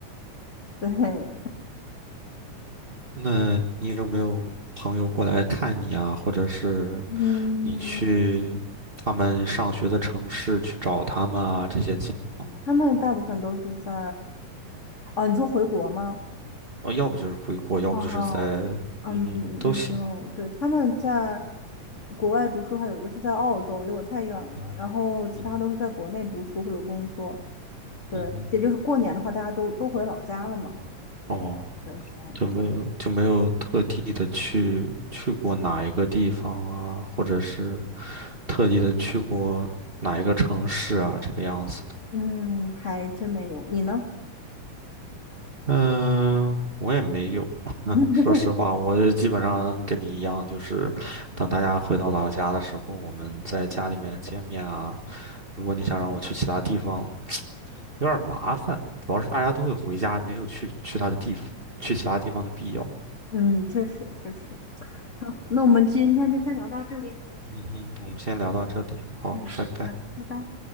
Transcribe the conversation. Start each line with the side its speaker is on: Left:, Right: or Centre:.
Left: 对，
Right: <laughs> 那你有没有朋友过来看你啊？或者是
Left: 嗯，
Right: 你去他们上学的城市去找他们啊？这些情况。
Left: 他们大部分都是在，啊，你说回国吗？
Right: 哦，要不就是回国，要不就是在，
Left: 哦，嗯，
Right: 嗯哼，
Left: 没有，
Right: 都行，
Left: 对，他们在国外读书的话，有一个是在澳洲，离我太远了，
Right: 嗯
Left: 然后其他都是在国内读书或者工作。
Right: 嗯
Left: 对，
Right: 嗯哼，
Left: 也就是过年的话，大家都都回老家了嘛。
Right: 哦，
Left: 对，是这样子。
Right: 就没有就没有特地的去去过哪一个地方啊，或者是特地的去过哪一个城市啊，这个样子的。
Left: 嗯，还真没有。你呢？
Right: 嗯，我也没有。<laughs>
Left: <laughs>
Right: 说实话，我就基本上跟你一样，就是等大家回到老家的时候，我们在家里面见面啊。如果你想让我去其他地方，有点麻烦，主要是大家都会回家，没有去去他的地方，去其他地方的必要。
Left: 嗯，确实确实。好，那我们今天就先聊到这里。
Right: 嗯哼，我们先聊到这里，好，
Left: 嗯，
Right: 拜拜。
Left: 好的拜拜。